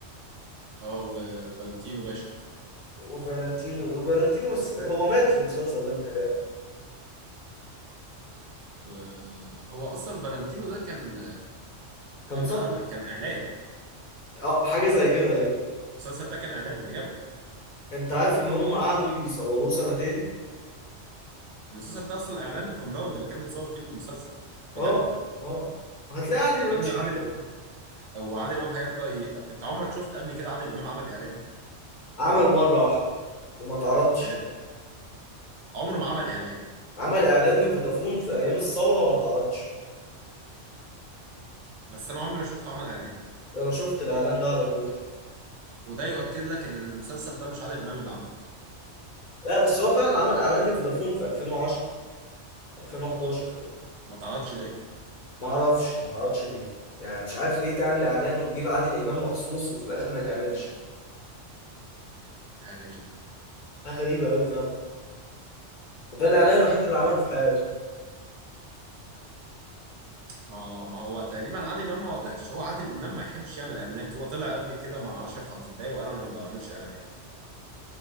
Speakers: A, on the right (about 65°); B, on the left (about 50°).
A: اه وفالنتينو باشا
B: وفالنتينو فالنتينو بس هو مات في المسلسل ده متهيألي
A: وهو اصلا فالنتينو ده كان
B: كان
A: كان
B: سقط
A: عام كان اعلان
B: اه حاجة زي كده ايوه
A: المسلسل ده كان اعلان بجد
B: انت عارف ان هم قعدوا يصوروه سنتين
A: المسلسل ده اصلا اعلان للكومباوند اللي كان بيتصور فيه المسلسل بجد
B: اه اه هتلاقي عادل
A: لان
B: امام شريف
A: عادل وعادل امام هيرضى ي... انت عمرك شفت قبل كده عادل امام عمل اعلان
B: عمل مرة واحدة وما اتعرضش
A: لا. عمره ما عمل اعلان
B: عمل اعلان لفودافون في ايام الثورة وما اتعرضش
A: بس انا عمري ما شفته عمل اعلان
B: انا شفت الاعلان ده على تويتر
A: وده يؤكد لك ان المسلسل ده مش عادل امام اللي عامله
B: لا بس هو فعلا عمل اعلان لفودافون في 2010 2011
A: ما اتعرضش ليه
B: ما اعرفش ما تعرضش ليه يعني مش عارف ليه تعمل اعلان وتجيب عادل امام مخصوص وفي الاخر ما يتعملش
A: حاجه غريبه
B: حاجه غريبه قوي فعلا وده الاعلان الوحيد
A: بعدين
B: اللي عمله
A: يعني
B: في حياته
A: ما هو ما هو تقريبا عادل امام ما وافقش هو عادل امام ما يحبش يعمل اعلانات هو طلع قبل كده مع اشرف عبد الباقي وقال انا ما بعملش اعلانات